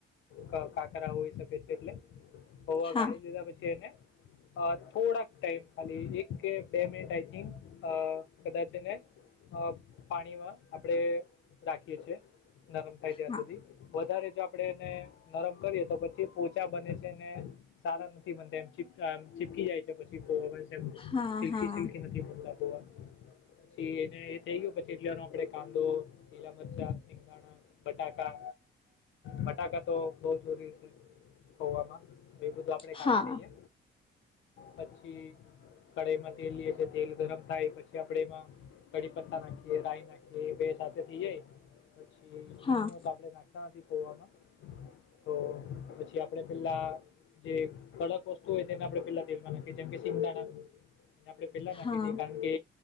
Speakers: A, on the left (about 75°); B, on the left (about 25°).
A: કા કાંકરા હોઈ શકે છે એટલે. પૌવા
B: હા
A: ગાડી લીધા પછી એને અ થોડાક ટાઈમ ખાલી એક કે બે મિનિટ આઈ થિંક અ કદાચ એને અ પાણીમાં આપડે રાખીએ છીએ. નરમ થાય ત્યાં
B: હા
A: સુધી. વધારે જો આપડે એને નરમ કરીએ તો પછી પોચા બને છે ને સારા નથી બનતા એમી ચિપ ચીપકી જાય છે પછી પૌવા
B: હા
A: સિલ્કી
B: હા
A: સિલ્કી નદી પછી એને થઈ ગયો પછી એટલેનો આપે કાંદો, લીલા મરચા, સિંગદાણા, બટાકા બટાકા તો બવ જરૂરી છે પૌંઆમાં. એ બધું આપડે
B: હા
A: કાપી લઈએ.
B: હા
A: પછી કઢાઈમાં તેલ લઈએ છે. તેલ ગરમ થાય પછી આપણે એમાં કઢી પત્તા નાખીએ, રાય નાખીએ બે સાથે થઈ જાય પછી
B: હા
A: હિંગને તો આપડે ના તો પછી આપે પેલા જે કડક વસ્તુ હોય તેને આપણે પેલા તેલમાં નાખીએ જેમ કે સિંગદાણા એને આપડણે પેલા નાખી
B: હા
A: દઈએ કારણ કે